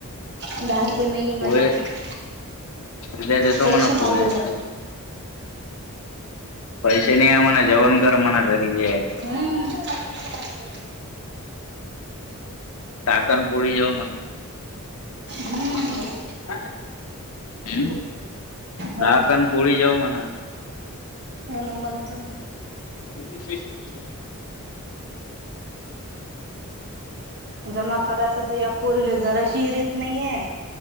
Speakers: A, on the right; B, on the left.
A: दहा रुपय नाहीये माझ्याकडं
B: पोहे उद्या देतो
A: पैसे
B: म्हणा पोहे
A: मागून जरा
B: सांग पैसे नाहीये म्हणा जेवण कर म्हणा घरी जे हाय ते
A: हम्म
B: ताकन पोडी जाव मण..
A: हम्म
B: हो म हम् साकनपोळी
A: हो ना
B: जाव म्हणा.
A: मन म्हणत.
B: ै <unintelligible>
A: जमा करायच तर या पोरीले जरा शिरीत नाहीये.